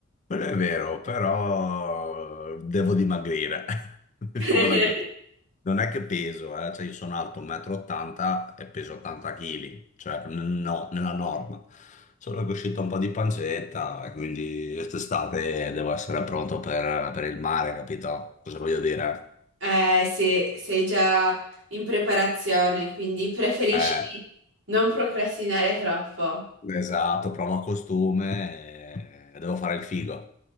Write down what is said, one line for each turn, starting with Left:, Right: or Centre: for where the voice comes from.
Left: Quello è vero, però devo dimagrire. <laughs> Diciamola
Right: <laughs>
Left: così. Non è che peso, eh, cioè io sono alto 1,80 m e ottanta e peso 80 kg, cioè n- no, nella norma. Solo che è uscito un po' di pancetta e quindi quest'estate devo essere pronto per, per il mare, capito? Cosa voglio dire?
Right: Eh, sì, sei già in preparazione, quindi preferisci
Left: Eh,
Right: non procrastinare troppo.
Left: esatto, provo costume e devo fare il figo.